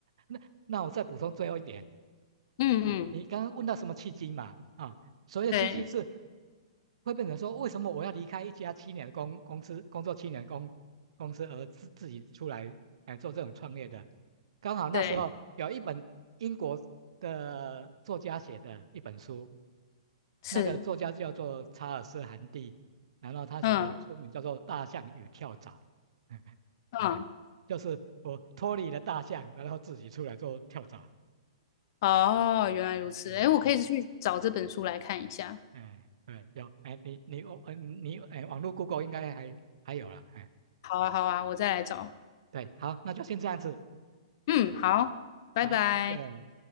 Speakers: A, on the right (about 60°); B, on the left (about 40°).
A: 那那我再补充最后一点，
B: 嗯嗯，
A: 啊，你刚刚问到什么契机嘛？啊，所谓的契机是
B: 对
A: 会变成说，为什么我要离开一家七年的公公司，工作七年的公公司，而自自己出来来做这种创业的？刚好那时候有一本英国的作家写的一本书，
B: 对，是，
A: 那个作家叫做查尔斯·韩蒂，然后他写的书名叫做《大象与跳蚤》，
B: 嗯
A: <laughs>
B: 嗯，
A: 就是我脱离了大象，然后自己出来做跳蚤。
B: 哦，原来如此，
A: <laughs> 嗯
B: 诶，我可以去找这本书来看一下。
A: 哎，对，有，哎，你你哦，嗯，你哎，网络 Google 应该还还有了，哎，
B: 好啊，好啊，我再来找。
A: 对，好，那就先这样子，
B: 嗯，好，拜拜。
A: 好，谢谢。